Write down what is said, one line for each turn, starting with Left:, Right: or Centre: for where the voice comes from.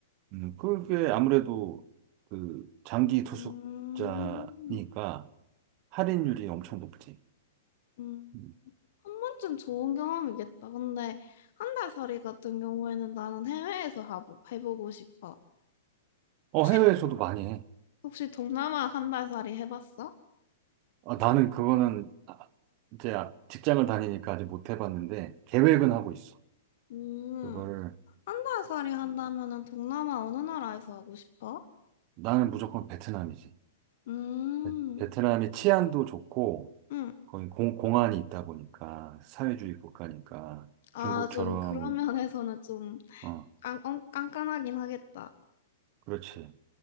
Right: 음, 그게 아무래도 그 장기 투숙자니까
Left: 음,
Right: 할인율이 엄청 높지.
Left: 음.
Right: 음.
Left: 한 번쯤 좋은 경험이겠다. 근데 한 달 살이 같은 경우에는 나는 해외에서 하고 해보고 싶어.
Right: 어,
Left: 혹시,
Right: 해외에서도 많이 해.
Left: 혹시 동남아 한 달 살이 해봤어?
Right: 아, 나는 그거는 아, 이제 직장을 다니니까 아직 못 해봤는데 계획은 하고 있어.
Left: 음,
Right: 그거를
Left: 한달살이 한다면은 동남아 어느 나라에서 하고 싶어?
Right: 나는 무조건 베트남이지.
Left: 음,
Right: 베, 베트남이 치안도 좋고,
Left: 음.
Right: 거기 공, 공안이 있다 보니까, 사회주의 국가니까,
Left: 아,
Right: 중국처럼,
Left: 좀 그런 면에서는 좀
Right: 어,
Left: 깐, 깐- 깐깐하긴 하겠다.
Right: 그렇지.